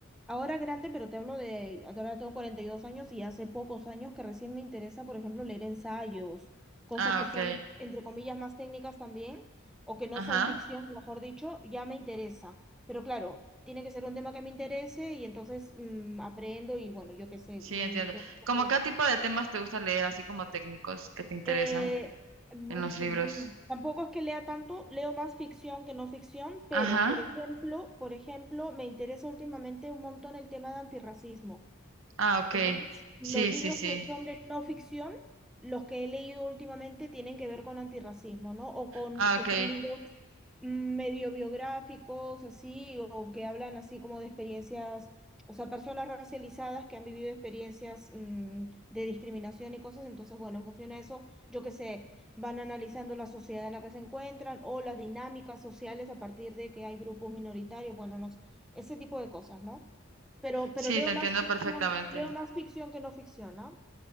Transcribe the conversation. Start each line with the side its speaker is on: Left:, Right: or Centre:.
Centre: ahora grande, pero te hablo de, ahora tengo 42 años y hace pocos años que recién me interesa, por ejemplo, leer ensayos, cosas
Right: Ah,
Centre: que
Right: ok.
Centre: son, entre comillas, más técnicas también, o que no
Right: Ajá.
Centre: son ficción, mejor dicho, ya me interesa. Pero claro, tiene que ser un tema que me interese y entonces mm, aprendo y bueno, yo qué sé,
Right: Sí,
Centre: me,
Right: entiendo.
Centre: inter-
Right: ¿Cómo
Centre: me
Right: qué tipo de temas te gusta leer, así como técnicos que te interesan
Centre: eh, buf,
Right: en los
Centre: bum,
Right: libros?
Centre: tampoco es que lea tanto, leo más ficción que no ficción, pero
Right: Ajá.
Centre: por ejemplo, por ejemplo, me interesa últimamente un montón el tema de antirracismo.
Right: Ah, ok.
Centre: Entonces, los
Right: Sí,
Centre: libros
Right: sí, sí.
Centre: que son de no ficción, los que he leído últimamente tienen que ver con antirracismo, ¿no? O con
Right: Ah,
Centre: que
Right: ok.
Centre: son libros mm, medio biográficos, así, o que hablan así como de experiencias, o sea, personas racializadas que han vivido experiencias mm, de discriminación y cosas. Entonces, bueno, en función a eso, yo qué sé, van analizando la sociedad en la que se encuentran o las dinámicas sociales a partir de que hay grupos minoritarios, bueno, no, sé, ese tipo de cosas, ¿no? Pero, pero
Right: Sí,
Centre: leo
Right: te entiendo
Centre: más ficción,
Right: perfectamente.
Centre: leo más ficción que no ficción, ¿no?